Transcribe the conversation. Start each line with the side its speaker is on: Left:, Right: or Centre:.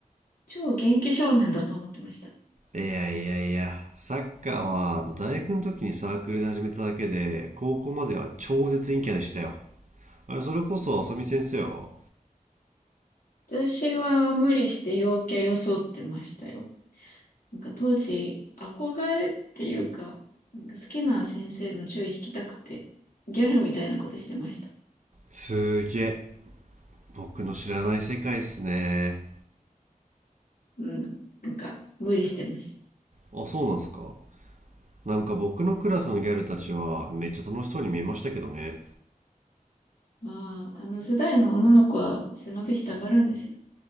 Left: 超元気少年だと思ってました。
Right: いやいやいや、サッカーは大学の時にサークルで始めただけで、高校までは超絶陰キャでしたよ。あれ、それこそ浅見先生は
Left: 私は無理して陽キャ装ってましたよ。なんか当時、憧れっていうか、なんか好きな先生の注意引きたくて、ギャルみたいなことしてました。
Right: すーげえ、僕の知らない世界っすね。
Left: うん。なんか、無理してました。
Right: あ、そうなんすか。なんか僕のクラスのギャルたちはめっちゃ楽しそうに見えましたけどね。
Left: ああ、あの世代の女の子は背伸びしたがるんですよ。